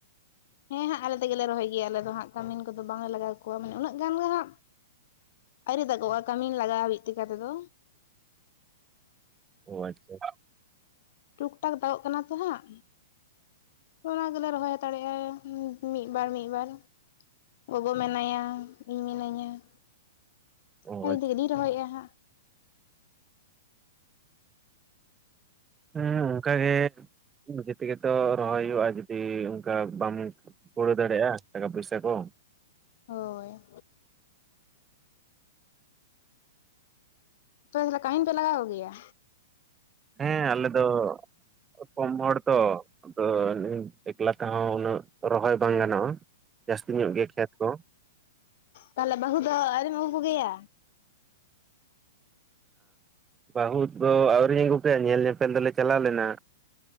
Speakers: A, on the left; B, on the right.
A: ᱦᱮᱸ ᱦᱟᱜ ᱟᱞᱮ ᱛᱮᱜᱮ ᱞᱮ ᱨᱚᱦᱚᱭ ᱜᱮᱭᱟ ᱟᱞᱮ ᱫᱚ ᱦᱟᱜ ᱠᱟᱹᱢᱤᱱ ᱠᱚᱫᱚ ᱵᱟᱝᱞᱮ ᱞᱟᱜᱟᱣ ᱠᱚᱣᱟ ᱢᱟᱱᱮ ᱩᱱᱟᱹᱜ ᱜᱟᱱ ᱜᱮ ᱦᱟᱜ ᱟᱹᱣᱨᱤ ᱫᱟᱜᱚᱜ-ᱟ ᱠᱟᱹᱢᱤᱱ ᱦᱟᱹᱵᱤᱡ ᱞᱮᱠᱟ ᱛᱮᱫᱚ
B: ᱚ ᱟᱪᱪᱷᱟ
A: ᱴᱩᱠ ᱴᱟᱠ ᱫᱟᱜᱚᱜ ᱠᱟᱱᱟ ᱛᱚᱸ ᱦᱟᱜ ᱚᱱᱟ ᱜᱮᱞᱮ ᱨᱚᱦᱚᱭ ᱦᱟᱛᱟᱲᱮᱜᱼᱟ ᱢᱤᱫ ᱵᱟᱨ ᱢᱤᱫ ᱵᱟᱨ ᱜᱚᱜᱚ ᱢᱮᱱᱟᱭᱟ ᱤᱧ ᱢᱤᱱᱟᱹᱧᱟ <unintelligible>
B: ᱚ ᱟᱪᱪᱷᱟ
A: ᱨᱚᱦᱚᱭᱮᱜᱼᱟ ᱦᱟᱜ
B: ᱦᱮᱸ ᱚᱱᱠᱟ ᱜᱮ ᱱᱤᱡᱮ ᱛᱮᱜᱮ ᱛᱚ ᱨᱚᱦᱚᱭ ᱦᱩᱭᱩᱜᱼᱟ ᱡᱩᱫᱤ ᱚᱱᱠᱟ ᱵᱟᱢ ᱠᱩᱲᱟᱹ ᱫᱟᱲᱮᱭᱟᱜᱼᱟ ᱴᱟᱠᱟ ᱯᱩᱭᱥᱟᱹ ᱠᱚ
A: ᱦᱳᱭ ᱛᱚ <unintelligible> ᱠᱟᱹᱢᱤᱱ ᱯᱮ ᱞᱟᱜᱟᱣ ᱠᱚ ᱜᱮᱭᱟ
B: ᱦᱮᱸ ᱟᱞᱮ ᱫᱚ ᱠᱚᱢ ᱦᱚᱲ ᱛᱚ ᱟᱫᱚ ᱮᱠᱞᱟ ᱛᱮᱦᱚᱸ ᱩᱱᱟᱹᱜ ᱨᱚᱦᱚᱭ ᱵᱟᱝ ᱜᱟᱱᱚᱜᱼᱟ ᱡᱟᱹᱥᱛᱤ ᱧᱚᱜ ᱜᱮ ᱠᱷᱮᱛ ᱠᱚ
A: ᱛᱟᱦᱞᱮ ᱵᱟᱹᱦᱩ ᱫᱚ ᱟᱹᱣᱨᱤᱢ ᱟᱹᱜᱩ ᱠᱚᱜᱮᱭᱟ
B: ᱵᱟᱹᱦᱩ ᱫᱚ ᱟᱹᱣᱨᱤᱧ ᱟᱹᱜᱩ ᱯᱮᱭᱟ ᱧᱮᱞ ᱧᱮᱯᱮᱞ ᱫᱚ ᱞᱮ ᱪᱟᱞᱟᱣ ᱞᱮᱱᱟ